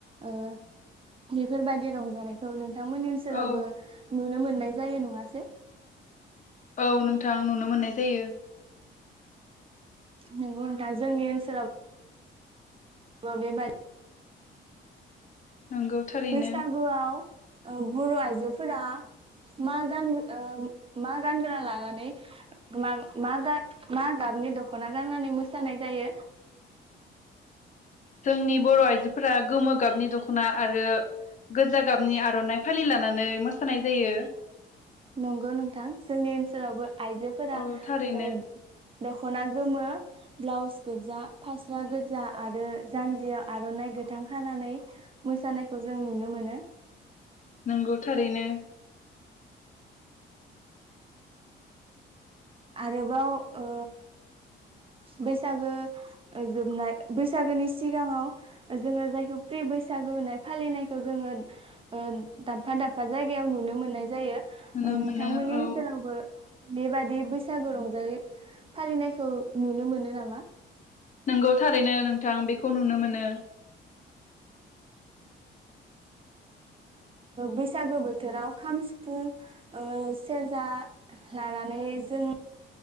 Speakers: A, on the right; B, on the left.
A: ओ बेफोरबायदि रंजानायखौ नों थांमोननि ओनसोलावबो
B: औ
A: नु नो मोननाय जायो नङासै
B: औ नोंथां नुनो मोननाय जायो।
A: नोगौ नोंथां जोंनि ओनसोला बो बे बा
B: नंगौ थारैनो
A: बैसागो आव औ बर' आइजोफोरा मा गान ओ मा गानगोरा लानानै म मा मा गाबनि दख'ना गाननानै मोसानाय जायो।
B: जोंनि बर' आइजोफोरा गोमो गाबनि दख'ना आरो गोजा गाबनि आर'नाइ फालि लानानै मोसानाय जायो
A: नंगौ नोंथां जोंनि ओनसोलावबो आइजोफोरा
B: औ थारैनो
A: ओ दख'ना गोमो ब्लाउस गोजा फास्रा गोजा आरो जानजियाव आर'नाइ गोथां खानानै मोसानायखौ जों नुनो मोनो।
B: नंगौ थारैनो।
A: आरोबाव ओ बैसागो जोबनाय बैसागोनि सिगाङाव जोङो जायखौ प्रि बैसागो होनाय फालिनायखौ जोङो ओ दाबफा दाबफा जायगायाव नुनो मोननाय जायो।
B: नुनो
A: नोंथांमोननि
B: मोनो औ
A: ओनसोलावबो बेबादि बैसागु रंजालि फालिनायखौ नुनो मोनो नामा?
B: नोंगौ थारैनो नोंथां बेखौ नुनो मोनो।
A: बैसागो बोथोराव खाम सिफुं सेरजा लानानै जों